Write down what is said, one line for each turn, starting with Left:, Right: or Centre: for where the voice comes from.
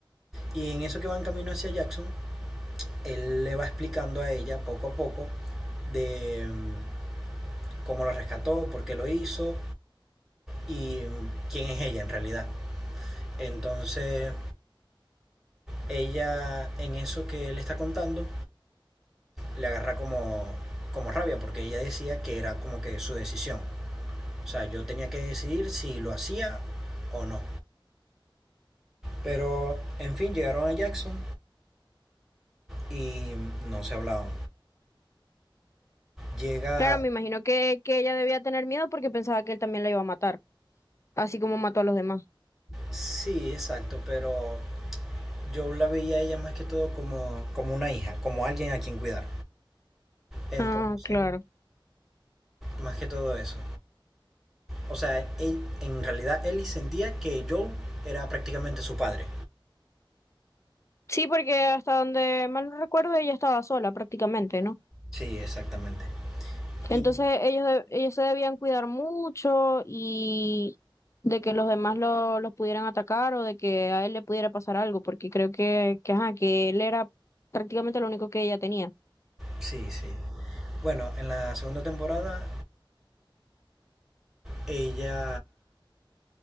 Centre: Y en eso que van camino hacia Jackson, él le va explicando a ella poco a poco de mm, cómo lo rescató, por qué lo hizo y mm, quién es ella en realidad. Entonces ella en eso que él está contando le agarra como, como rabia porque ella decía que era como que su decisión. O sea, yo tenía que decidir si lo hacía o no. Pero en fin, llegaron a Jackson y no se hablaban. Llega,
Left: Claro, me imagino que, que ella debía tener miedo porque pensaba que él también la iba a matar, así como mató a los demás.
Centre: sí, exacto, pero yo la veía a ella más que todo como, como una hija, como alguien a quien cuidar. Entonces,
Left: Ah, claro.
Centre: más que todo eso. O sea, él- en realidad Ellie sentía que Joe era prácticamente su padre.
Left: Sí, porque hasta donde mal no recuerdo, ella estaba sola prácticamente, ¿no?
Centre: Sí, exactamente.
Left: Entonces
Centre: Y
Left: ellos, de- ellos se debían cuidar mucho y de que los demás lo- los pudieran atacar o de que a él le pudiera pasar algo, porque creo que, que, ajá, que él era prácticamente lo único que ella tenía.
Centre: sí, sí. Bueno, en la segunda temporada ella